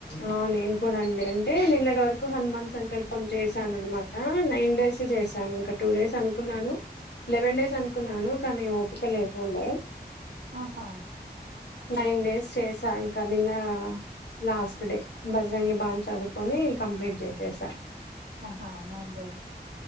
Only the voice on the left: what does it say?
ఆ నేను కూడా అండి అంటే నిన్నటి వరకు హనుమాన్ సంకల్పం చేశానమాట అ నైన్ డేస్ చేశాను ఇంకా టూ డేస్ అనుకున్నాను లెవెన్ డేస్ అనుకున్నాను కానీ ఓపీక లేకుండే
నైన్ డేస్ చేసా ఇంకా నిన్న లాస్ట్ డే బజ్రాంగి బాని చదువుకొని కంప్లీట్ చేసేసాం